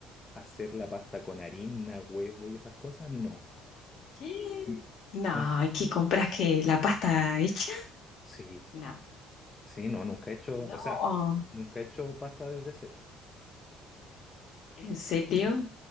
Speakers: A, on the left; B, on the left.
A: hacer la pasta con harina, huevo y esas cosas, no.
B: ¿Qué?
A: <laughs> N-
B: No,
A: No,
B: ¿y qué compras que la pasta hecha?
A: sí.
B: No,
A: Sí, no, nunca he hecho,
B: no,
A: o sea, nunca he hecho pasta desde cero.
B: en serio,